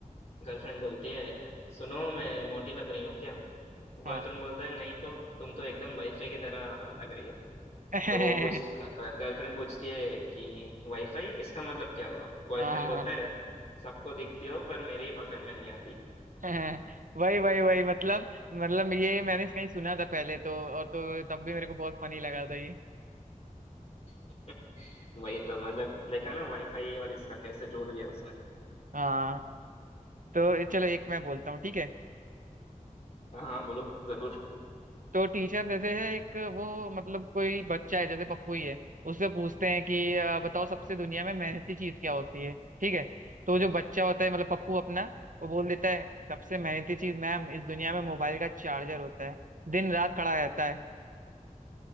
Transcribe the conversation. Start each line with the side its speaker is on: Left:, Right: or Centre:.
Left: गर्लफ्रेंड बोलती है सुनो मैं मोटी लग रही हूँ क्या तो बॉयफ्रेंड
Right: हाँ
Left: बोलता है नहीं तो तुम तो एकदम वाईफाई की तरह लग रही हो
Right: <laughs>
Left: तो वो पूछ गर्लफ्रेंड पूछती है कि वाईफाई इसका मतलब क्या हुआ बॉयफ्रेंड
Right: हाँ
Left: बोलता है सबको दिखती हो पर मेरी पकड़ में नहीं आती
Right: <laughs> वही वही वही मतलब मतलब ये मैंने कहीं सुना था पहले तो और तो तब भी मेरे को बहुत फनी लगा था ये
Left: <laughs> वही तो मतलब देखा ना वाईफाई और इसका कैसे जोड़ दिया उसने
Right: हाँ तो चलो एक मैं बोलता हूँ ठीक है
Left: हाँ हाँ बोलो जरूर
Right: तो टीचर देते हैं एक वो मतलब कोई बच्चा है जैसे पप्पू ही है उससे पूछते हैं कि अ, बताओ सबसे दुनिया में मेहनती चीज क्या होती है ठीक है तो जो बच्चा होता है मतलब पप्पू अपना वो बोल देता है सबसे मेहनती चीज मैम इस दुनिया में मोबाइल का चार्जर होता है दिन रात खड़ा रहता है